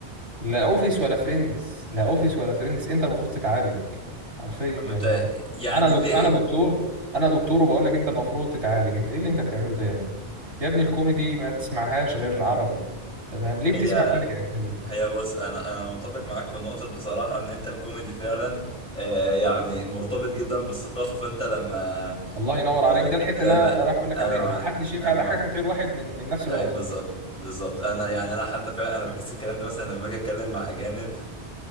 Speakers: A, on the right; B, in the centre.
A: لا اوفيس ولا فريندز لا اوفيس ولا فريندز انت المفروض تتعالج حرفيا
B: <laughs> اما انت
A: يعني
B: يعني
A: انا دك...
B: ليه
A: انا دكتور انا دكتور وبقول لك انت المفروض تتعالج انت ايه اللي انت بتعمله ده يا ابني يا ابني الكوميدي ما تسمعهاش غير عربي تمام ليه
B: هي
A: بتسمع كوميدي اجنبي
B: هي بص انا انا متفق معاك في النقطه دي بصراحه ان انت الكوميدي فعلا آه يعني مرتبط جدا بالثقافه فانت لما
A: الله ينور
B: لما,
A: عليك ده الحته
B: لما
A: اللي انا رايح اقول لك
B: انا
A: عليها
B: مع
A: ما حدش ينفع
B: انا
A: يضحكك
B: مع
A: غير واحد من من نفس
B: ايوه
A: لغتك
B: بالظبط بالظبط انا يعني انا حتى فعلا انا بحس الكلام ده مثلا لما اجي اتكلم مع اجانب